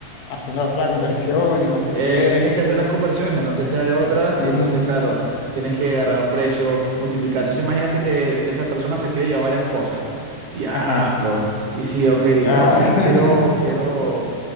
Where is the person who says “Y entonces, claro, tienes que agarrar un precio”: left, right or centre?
Right